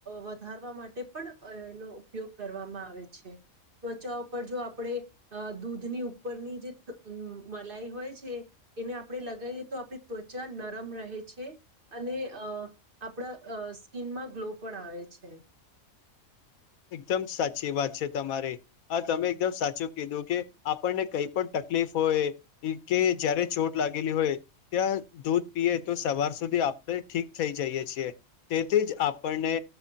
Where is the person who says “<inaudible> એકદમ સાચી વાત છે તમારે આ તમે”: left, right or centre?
Left